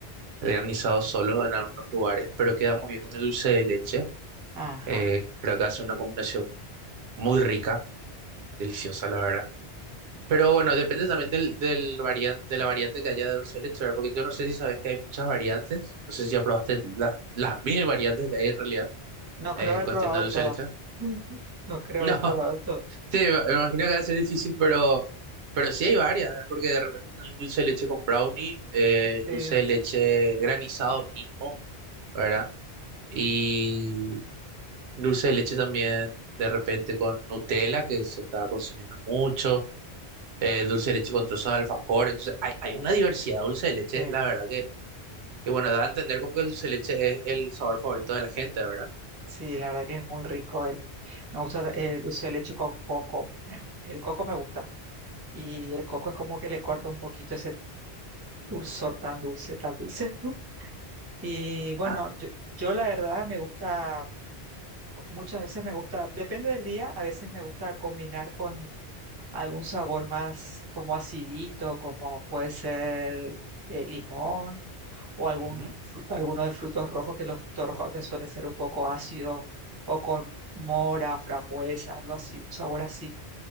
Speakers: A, on the right; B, on the right.
A: el granizado solo en algunos lugares, pero queda muy bien con el dulce de leche.
B: Ajá.
A: Eh, creo que hace una combinación muy rica, deliciosa, la verdad. Pero bueno, depende también del, del varian- de la variante que haya de dulce de leche, ¿verdad? Porque yo no sé si sabes que hay muchas variantes. No sé si ya probaste las, las <laughs> mil variantes que hay en realidad
B: No creo
A: en
B: haber
A: cuestión
B: probado
A: de dulce
B: todas.
A: de leche.
B: <laughs> No creo
A: No,
B: haber
A: <laughs>
B: probado todas.
A: sí, me me imagino que va a ser difícil, pero, pero sí hay varias, ¿eh? Porque de repente tenés dulce de leche con brownie, eh,
B: Sí,
A: dulce de leche granizado mismo. ¿verdad? Y dulce de leche también, de repente con Nutella, que se está consumiendo mucho, eh, dulce de leche con trozos de alfajor, entonces hay, hay una diversidad de dulce de leche,
B: sí.
A: la verdad que, que bueno, da a entender como que el dulce de leche es el sabor favorito de la gente, ¿verdad?
B: Sí, la verdad que es muy rico. El, me gusta el dulce de leche con coco. me- El coco me gusta. Y el coco es como que le corta un poquito ese dulzor tan dulce, tan dulce. <laughs> Y bueno,
A: Ah,
B: yo, yo la verdad me gusta, co- muchas veces me gusta, depende del día, a veces me gusta combinar con algún sabor más como acidito, como puede ser eh, limón o algún,
A: ujú,
B: fru- alguno de frutos rojos, que los frutos rojos a veces suelen ser un poco ácidos o con mora, frambuesa, algo así, un sabor así.